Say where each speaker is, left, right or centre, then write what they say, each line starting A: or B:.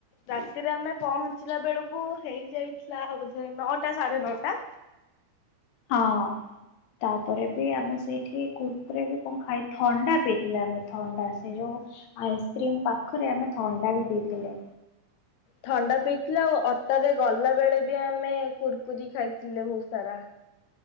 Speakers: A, on the left; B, on the left.
A: ରାତିରେ ଆମେ ପହଞ୍ଚିଲା ବେଳକୁ ହେଇଯାଇଥିଲା ବୋଧେ ନଅଟା ସାଢେ ନଅଟା।
B: ହଁ ତାପରେ ବି ଆମେ ସେଇଠି କୁରକୁରି ବି କଣ ଖାଇ ଥଣ୍ଡା ପିଇଥିଲେ ଆମେ ଥଣ୍ଡା ସେ ଯୋଉ ଆଇସ୍କ୍ରିମ ପାଖରେ ଆମେ ଥଣ୍ଡା ବି ପିଇଥିଲେ।
A: ଥଣ୍ଡା ପିଇଥିଲେ ଆଉ ଅଟୋରେ ଗଲା ବେଳେ ବି ଆମେ କୁୁରକୁରି ଖାଇଥିଲେ ବହୁତ ସାରା।